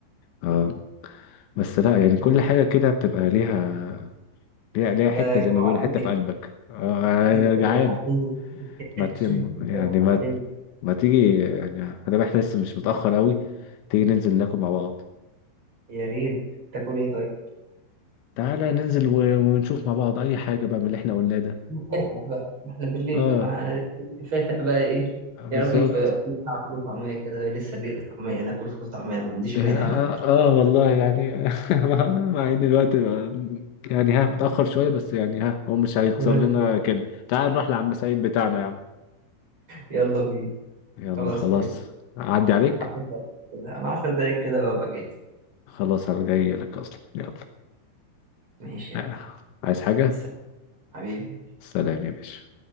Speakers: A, on the left; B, on the right.
A: اه بس لا يعني كل
B: طب
A: حاجة كده بتبقى ليها ليها ليها حتة
B: انت
A: زي
B: جوعتني
A: ما بيقولوا حتة في قلبك آه،
B: انت
A: أنا
B: جوعتني
A: جعان
B: <laughs>
A: ما
B: انت
A: ت... يعني
B: جوعتني
A: ما ما تيجي يعني ما دام احنا لسه مش متأخر قوي تيجي ننزل ناكل مع بعض
B: يا ريت تاكل ايه طيب؟
A: تعالى ننزل و... ونشوف مع بعض أي حاجة بقى من اللي احنا قلناه ده
B: فاتح بقى ما احنا بالليل
A: اه
B: بقى فاتح بقى ايه يا
A: بالظبط
B: رب يبقى بتاع فول طعمية كده لسه بيقلي طعمية ناكل فول طعمية أنا ما عنديش
A: إيه،
B: مانع
A: آه, اه والله يعني <laughs> مع مع ان الوقت بقى- يعني ها متأخر شوية بس يعني ها هو مش هيخسر
B: المهم
A: لنا
B: برضه
A: كان تعال نروح لعم سعيد بتاعنا يا عم
B: يلا بينا
A: يلا
B: خلاص
A: خلاص
B: يا بيه.
A: أعدي عليك
B: عشر دقايق كده انا عشر دقايق كده وابقى جاهز
A: خلاص أنا جاي لك أصلا يلا
B: ماشي يا
A: آه،
B: كبير
A: عايز حاجة
B: سلام حبيبي
A: سلام يا باشا